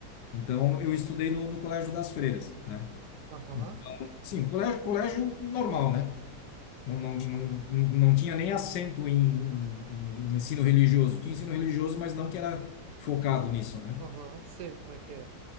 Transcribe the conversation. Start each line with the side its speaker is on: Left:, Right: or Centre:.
Left: Então, eu estudei no, no Colégio das Freiras, né?
Right: aham,
Left: Então, sim, um colégio, colégio normal, né? Não, não, não, não tinha nem acento em, em, em ensino religioso. Tinha ensino religioso, mas não que era focado nisso, né?
Right: aham. Sei como é que é.